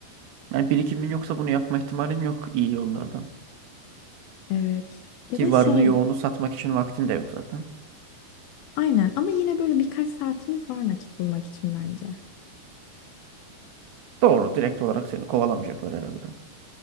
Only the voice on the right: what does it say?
Yani birikimin yoksa bunu yapma ihtimalin yok iyi yollardan.
Ki
varını
yoğunu satmak için vaktin de yok zaten.
Doğru. Direkt olarak seni kovalamayacaklar herhalde.